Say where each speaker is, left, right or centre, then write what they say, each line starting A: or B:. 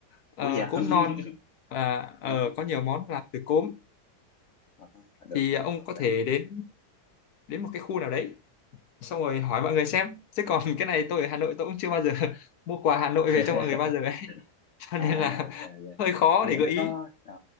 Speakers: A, on the left; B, on the left.
A: Ờ,
B: ủa dạ
A: cốm
B: <laughs>
A: non và ờ,
B: đó,
A: có nhiều món làm từ cốm
B: đó, được
A: thì
B: được
A: ông
B: hợp
A: có thể
B: lý
A: đến đến một cái khu nào đấy xong rồi hỏi mọi người xem
B: ừ.
A: chứ còn <laughs> cái này tôi ở Hà Nội tôi cũng chưa bao giờ <laughs> mua quà Hà Nội
B: <laughs>
A: về cho mọi người bao giờ ấy <laughs> cho
B: à
A: nên là
B: ok ok.
A: <laughs> hơi khó
B: nhưng
A: để
B: mà
A: gợi
B: nó
A: ý
B: có ờ,